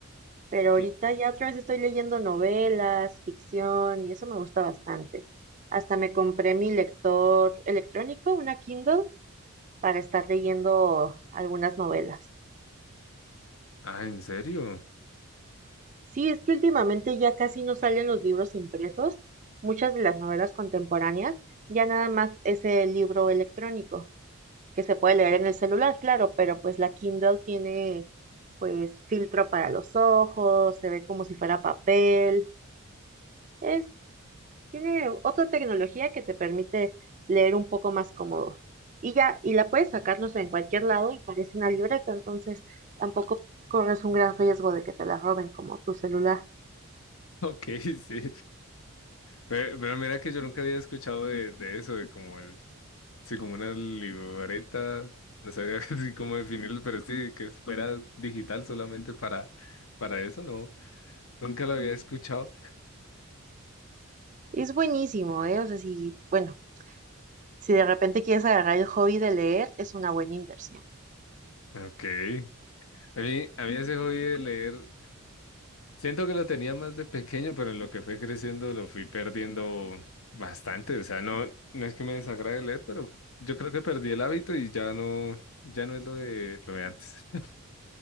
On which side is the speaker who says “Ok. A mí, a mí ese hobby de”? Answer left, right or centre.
Left